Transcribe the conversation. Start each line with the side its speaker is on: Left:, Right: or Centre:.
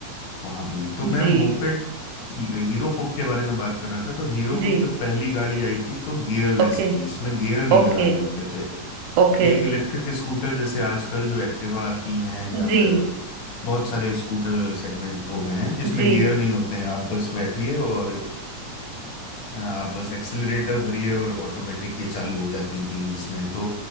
Left: वहां भी तो मैं
Right: जी
Left: मोपेड हीरो पुक के बारे में बात कर रहा था तो हीरो
Right: जी
Left: पुक जब पहली गाड़ी आई थी तो गियरलेस
Right: ओके
Left: थी इसमें गियर नहीं
Right: ओके
Left: लगाने होते थे
Right: ओके
Left: एक इलेक्ट्रिक स्कूटर जैसे आजकल जो एक्टिवा आती हैं या
Right: जी
Left: फिर बहुत सारे स्कूटर सेगमेंट हो गए हैं जिसमें
Right: जी
Left: गियर नहीं होते हैं आप बस बैठिए और अ, आप बस एक्सिलरेटर भरिए और ऑटोमेटिक ये चालू हो जाती थी इसमें तो